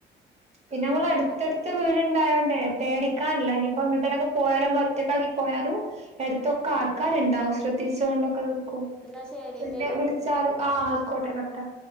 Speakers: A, on the right; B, in the centre.
A: പിന്നമ്മള് അടുത്തടുത്ത്
B: അങ്ങനത്തന്നെ
A: വീടി ണ്ടായോണ്ടേ പേടിക്കാനില്ല ഇനിയിപ്പോ എങ്ങട്ടേലൊക്കെ പോയാലും നമ്മളൊറ്റക്കാക്കി പോയാലും അടുത്തൊക്കെ
B: ആഹ്
A: ആൾക്കാരിണ്ടാവും ശ്രദ്ധിച്ചോണ്ടൊക്കെ നിക്കും
B: എന്നാ ശരിട്ടെടി
A: പിന്നെ വിളി ച്ചാലും ആഹ് ആയിക്കോട്ടെ കട്ട്